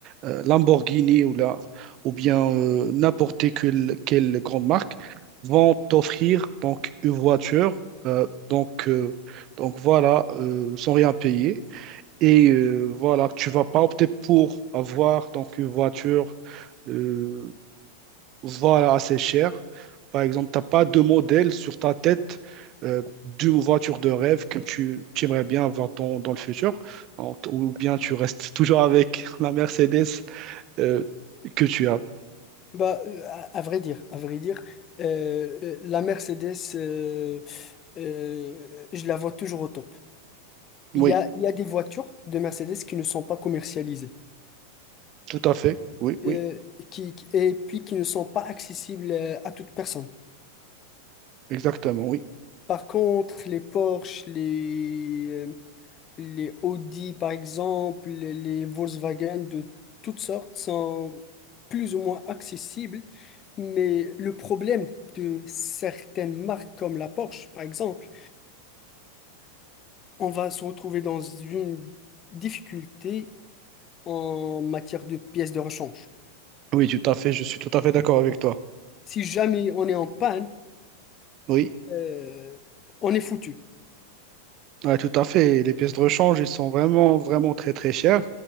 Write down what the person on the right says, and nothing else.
euh, Lamborghini ou, la, ou bien euh, n'importe quelle, quelle grande marque vont t'offrir donc une voiture, euh, donc, euh, donc voilà, euh, sans rien payer. Et euh, voilà, tu vas pas opter pour avoir donc une voiture. euh, voilà, assez cher. Par exemple, tu n'as pas de modèle sur ta tête euh, d'une voiture de rêve que tu, tu aimerais bien avoir dans, dans le futur, En- ou bien tu restes toujours avec <laughs> la Mercedes euh, que tu as.
Oui,
tout à fait. Oui, oui,
exactement. Oui,
oui, tout à fait. Je suis tout à fait d'accord avec
toi.
Oui,
ouais, tout à fait. Les pièces de rechange, ils sont vraiment, vraiment très, très chères.